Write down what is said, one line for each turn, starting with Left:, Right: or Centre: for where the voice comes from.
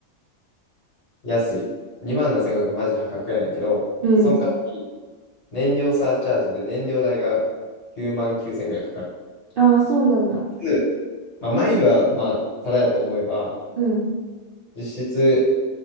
Left: 安い。2万7500はマジ破格やねんけど、
Right: うん。
Left: その代わり、燃料サーチャージで燃料代が9万9000円ぐらいかかる。
Right: ああ、そうなんだ。
Left: うんまあ、マイルは、まあ、ただやと思えば、
Right: うん、
Left: 実質